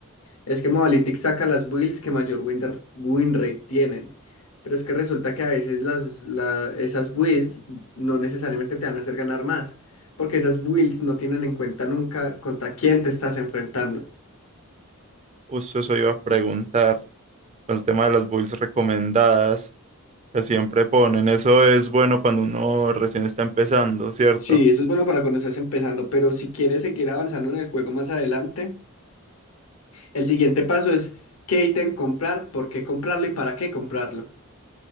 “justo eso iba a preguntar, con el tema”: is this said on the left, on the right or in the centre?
Right